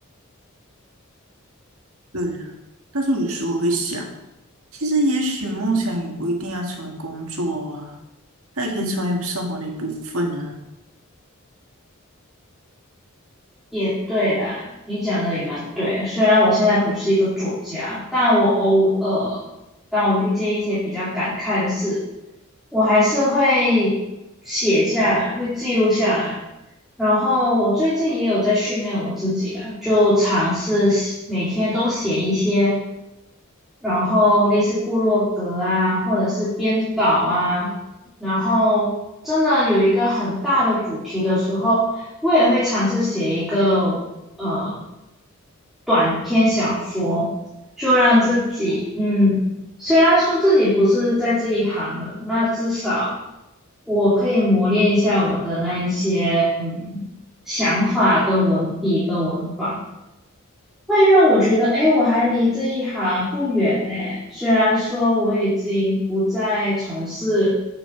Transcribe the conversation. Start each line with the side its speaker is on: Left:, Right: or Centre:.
Right: 对啦，但是有时候我会想，其实也许梦想也不一定要成为工作啊，它也可以成为生活的一部分啊。
Centre: 嗯也对啦，你讲的也蛮对的虽然我现在不是一个作家，但我偶尔当我遇见一些比较感慨的事，我还是会写下来，会记录下来。然后我最近也有在训练我自己了，就尝试写每天都写一些。然后类似部落格啊，或者是编导啊，然后真的有一个很大的主题的时候，我也会尝试写一个呃短篇小说，就让自己嗯，虽然说自己不是在这一行的，那至少我可以磨练一下我的那一些嗯想法跟文笔跟文法。会让我觉得，哎，我还离这一行不远呢。虽然说我已经不再从事